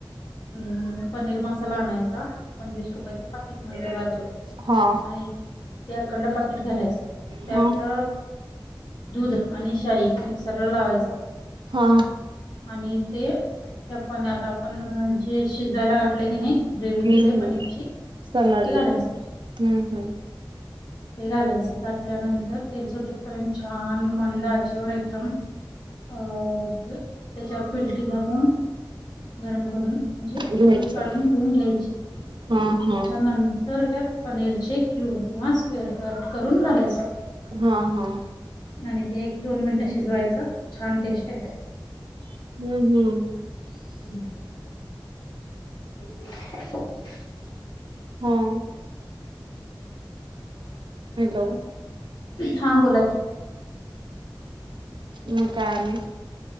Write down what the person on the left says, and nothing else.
अ पनीर मसाला आणायचा. पंचवीस रुपयाेचे पाकीट मिळतो बघा तो.
आणि त्या अकंड पाकिट घालायचं त्यात
दूध आणि शाही मिक्सर ला लावायचं.
आणि ते त्या पाणी आता आपण जे शिजायला घातले की नाही ग्रेवी
केलेय
पनीरची
त्यात ते घालायचं.
ते घालायचं घाातल्यानंतर तेल सुटेचपर्यंत छान मंदाच्यावर एकदम अ त्याच्यावर पिलटी झाकून गरम करून म्हणजे
उकळी काढून घेऊन घ्यायची त्याच्यानंतर
त्यात पनीरचे क्यूब किंवा स्क्वेअर कट करून घालायचं.
आणि ते एक दोन मिनिटं शिजवायचं. छान टेस्टे येते.
हम्म. <inaudible>
हा बोला की.